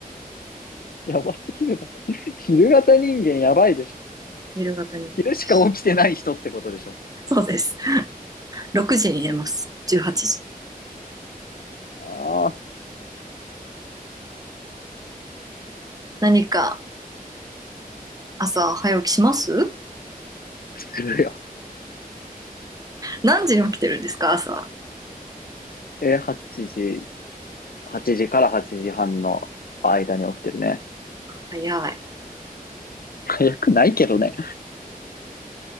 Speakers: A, on the left; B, on the right.
A: やばすぎるな。<laughs> 昼型人間やばいでしょ。
B: 昼型人間です。
A: 昼しか起きてない人ってことでしょ。
B: そうです。6時に寝ます。18時。
A: ああ、
B: 何か朝早起きします
A: するよ。
B: 何時に起きてるんですか朝。
A: え8時、8時から8時半の間に起きてるね。
B: 早い。
A: 早くないけどね。